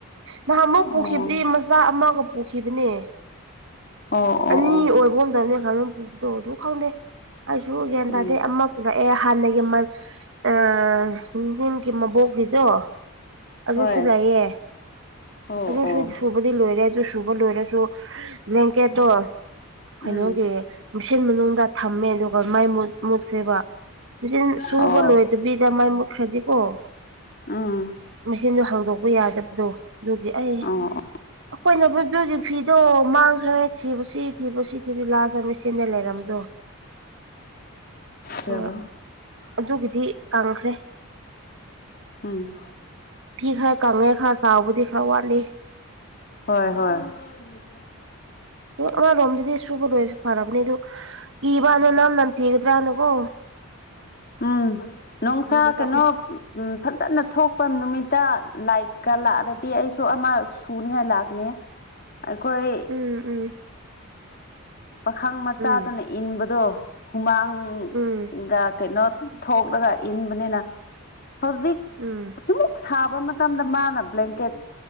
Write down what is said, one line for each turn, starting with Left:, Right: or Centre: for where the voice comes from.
Right: ꯅꯍꯥꯟꯃꯨꯛ
Left: ꯑꯣ
Right: ꯄꯨꯈꯤꯕꯗꯤ ꯃꯆꯥ ꯑꯃꯒ ꯄꯨꯈꯤꯕꯅꯦ
Left: ꯑꯣ
Right: ꯑꯅꯤ
Left: ꯑꯣ ꯑꯣ
Right: ꯑꯣꯏꯕ <unintelligible> ꯈꯥꯡꯉꯝ ꯄꯨꯕꯗꯣ ꯑꯗꯨ ꯈꯪꯗꯦ ꯑꯩꯁꯨ ꯒ꯭ꯌꯥꯟ
Left: ꯎꯝ
Right: ꯇꯥꯗꯦ ꯑꯃ ꯄꯨꯔꯛꯑꯦ ꯍꯥꯟꯅꯒꯤ ꯃ ꯑ ꯅꯤꯟꯍꯦꯝ ꯃꯥꯕꯣꯛꯒꯤꯗꯣ ꯑꯗꯨꯁꯨ
Left: ꯍꯣꯏ
Right: ꯂꯩꯌꯦ
Left: ꯑꯣ
Right: ꯑꯗꯨꯁꯨ
Left: ꯑꯣ
Right: ꯁꯨ ꯕꯨꯗꯤ ꯂꯣꯏꯔꯦ ꯑꯗꯨ ꯁꯨꯕ ꯂꯣꯏꯔꯁꯨ ꯕ꯭ꯂꯦꯀꯦꯠꯇꯣ ꯀꯩꯅꯣꯒꯤ
Left: ꯎꯝ
Right: ꯃꯨꯁꯤꯟ ꯃꯅꯨꯡꯗ ꯊꯝꯃꯦ ꯑꯗꯨꯒ ꯃꯩ ꯃꯨꯠ ꯃꯨꯠꯈ꯭ꯔꯦꯕ ꯃꯦꯆꯤꯟ ꯁꯨꯕ
Left: ꯑꯣ
Right: ꯂꯣꯏꯗꯕꯤꯗ ꯃꯩ ꯃꯨꯠꯈ꯭ꯔꯗꯤꯀꯣ
Left: ꯎꯝ
Right: ꯃꯦꯆꯤꯟꯗꯣ ꯍꯥꯡꯗꯣꯛꯄ ꯌꯥꯗꯕꯗꯣ ꯑꯗꯨꯒꯤ ꯑꯩ
Left: ꯑꯣ
Right: ꯑꯩꯈꯣꯏꯅꯕꯨ <unintelligible> ꯐꯤꯗꯣ ꯃꯥꯡꯈ꯭ꯔꯦ ꯊꯤꯕꯁꯤ ꯊꯤꯕꯁꯤ ꯊꯤꯕꯤ ꯂꯥꯖꯝꯃꯤ ꯁꯤꯅ
Left: ꯎꯝ
Right: ꯂꯩꯔꯝꯗꯣ
Left: ꯆꯂꯣ
Right: ꯑꯣ ꯑꯗꯨꯒꯤꯗꯤ ꯀꯪꯈ꯭ꯔꯦ
Left: ꯎꯝ
Right: ꯐꯤ ꯈꯔ ꯀꯪꯉꯦ ꯈꯔ ꯆꯥꯎꯕꯗꯤ ꯈꯔ ꯋꯥꯠꯂꯤ
Left: ꯍꯣꯏ ꯍꯣꯏ <unintelligible>
Right: ꯑꯃꯔꯣꯝꯗꯗꯤ ꯁꯨꯕ ꯂꯣꯏꯔꯁꯨ ꯐꯔꯕꯅꯦ ꯑꯗꯨ ꯏꯕꯅ ꯅꯝ ꯅꯝꯊꯤꯒꯗ꯭ꯔꯅꯀꯣ
Left: ꯎꯝ ꯅꯣꯡꯁꯥ
Right: ꯀꯤꯕꯖꯥꯠꯅꯤ
Left: ꯀꯩꯅꯣ ꯎꯝ ꯐꯖꯅ ꯊꯣꯛꯄ ꯅꯨꯃꯤꯠꯇ ꯂꯥꯏꯀ ꯂꯥꯛꯑꯔꯗꯤ ꯑꯩꯁꯨ ꯑꯃ ꯁꯨꯅꯤꯉꯥꯏ ꯂꯥꯛꯅꯤ ꯑꯩꯈꯣꯏ
Right: ꯎꯝ ꯎꯝ
Left: ꯄꯥꯈꯪ ꯃꯆꯥꯗꯨꯅ
Right: ꯎꯝ
Left: ꯏꯟꯕꯗꯣ ꯍꯨꯃꯥꯡ
Right: ꯎꯝ
Left: ꯀꯩꯩꯅꯣ ꯊꯣꯛꯂꯒ ꯏꯟꯕꯅꯤꯅ ꯍꯧꯖꯤꯛ
Right: ꯎꯝ
Left: ꯁꯤꯃꯨꯛ ꯁꯥꯕ ꯃꯇꯝꯗ ꯃꯥꯅ ꯕ꯭ꯂꯦꯡꯀꯦꯠ